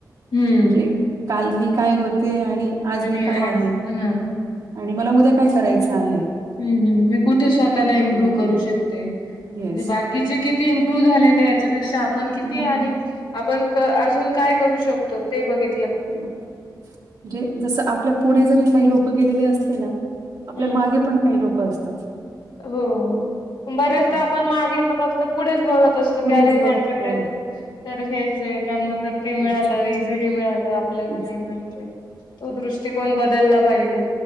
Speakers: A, on the left; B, on the right.
A: हम्म.
B: म्हणजे काल मी काय होते आणि आज
A: आणि
B: मी काय आहे
A: हा
B: <inaudible> आणि मला उद्या काय करायचं आहे.
A: हम्म, हम मी कुठे स्वतःला इम्प्रुव्ह
B: हं.
A: करू शकते म्हणजे
B: येस.
A: बाकीचे किती इम्प्रुव्ह झालेले आहेत. त्यापेक्षा आपण किती
B: नाही
A: आणि आपण क अजून काय करू शकतो ते बघित
B: म्हणजे जस आपल्या पुढे जरी काही लोक गेलेले असले ना आपल्या
A: हम्म.
B: मागे पण काही लोक असतात.
A: हो बऱ्याचदा
B: हाय की नाही.
A: आपण मागे ना बघता पुढेच बघत असतो
B: पुढेच
A: की अरे
B: बघतो.
A: त्यांच्याकडे तर हेच नाही त्यांना ते
B: तेच,
A: मिळाल. इझीली मिळाल आपल्याला
B: तेच
A: नाही
B: तर,
A: मिळालं तो दृष्टकोन बदलला पाहिजे